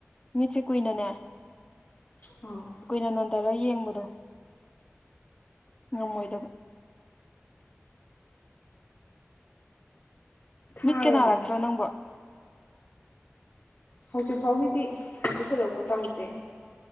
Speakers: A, on the left; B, on the left.
A: ꯃꯤꯠꯁꯦ ꯀꯨꯏꯅꯅꯦ
B: ꯑꯧ
A: ꯀꯨꯏꯅ ꯅꯣꯟꯊꯔ ꯌꯦꯡꯕꯗꯣ ꯉꯝꯃꯣꯏꯗꯕ
B: ꯊꯥꯔꯕꯅꯦ
A: ꯃꯤꯠꯀꯥ ꯅꯥꯔꯛꯇ꯭ꯔꯣ ꯅꯪꯕꯣ
B: ꯍꯧꯖꯤꯛ ꯐꯥꯎꯒꯤꯗꯤ ꯀꯩꯁꯨ ꯊꯣꯏꯗꯣꯛꯄ ꯇꯧꯗꯦ